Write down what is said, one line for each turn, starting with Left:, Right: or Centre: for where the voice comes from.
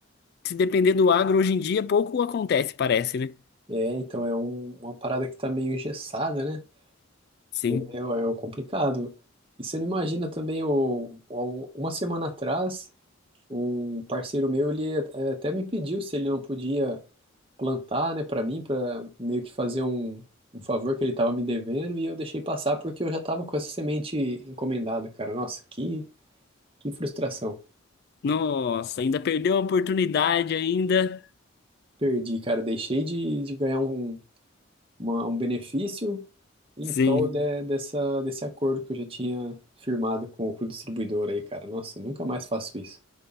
Left: se depender do agro hoje em dia, pouco acontece, parece, né?
Right: É, então é um- uma parada que tá meio engessada, né?
Left: Sim.
Right: É, o é o complicado. E você não imagina também, o, o- uma semana atrás. Um parceiro meu, ele eh, até me pediu se ele não podia plantar, né, para mim, para meio que fazer um, um favor que ele tava me devendo, e eu deixei passar porque eu já tava com essa semente encomendada, cara. Nossa, que, que frustração.
Left: Nossa, ainda perdeu a oportunidade ainda.
Right: Perdi, cara. Deixei de, de ganhar um, uma- um benefício em
Left: Sim.
Right: prol de- dessa, desse acordo que eu já tinha firmado com, com o distribuidor aí, cara. Nossa, nunca mais faço isso.